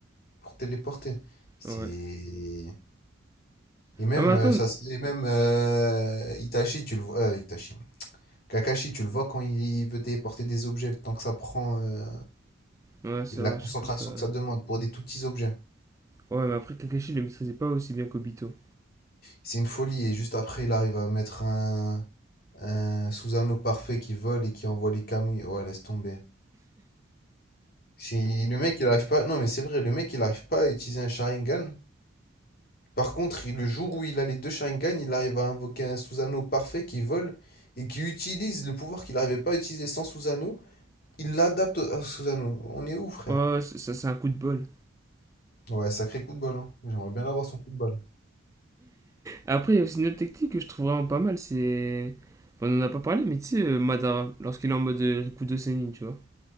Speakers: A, on the left; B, on the right.
A: pour téléporter? C'est.
B: Ouais.
A: Et même,
B: Ah, mais attends.
A: euh, ça, et même euh, Itachi, tu le vois. euh, Itachi. Kakashi, tu le vois quand il veut téléporter des objets, le temps que ça prend, euh,
B: Ouais, c'est
A: et la
B: vrai,
A: concentration
B: à chaque fois ça.
A: que ça demande pour des tout petits objets.
B: Ouais, mais après, Kakashi il le maîtrisait pas aussi bien qu'Obito.
A: C'est une folie. Et juste après, il arrive à mettre un, un Susanoo parfait qui vole et qui envoie les Kamui. Ouais, laisse tomber. Si le mec, il arrive pas. Non, mais c'est vrai, le mec, il arrive pas à utiliser un Sharingan. Par contre, il- le jour où il a les deux Sharingan, il arrive à invoquer un Susanoo parfait qui vole et qui utilise le pouvoir qu'il n'arrivait pas à utiliser sans Susanoo. Il l'adapte à Susano. On est où, frère?
B: Oh, ça, c'est un coup de bol.
A: Ouais, sacré coup de bol. hein. J'aimerais bien avoir son coup de balle.
B: Après, il y a aussi une autre technique que je trouve vraiment pas mal, c'est. Enfin, on en a pas parlé, mais tu sais, euh, Madara, lorsqu'il est en mode euh, Rikudo Senin, tu vois.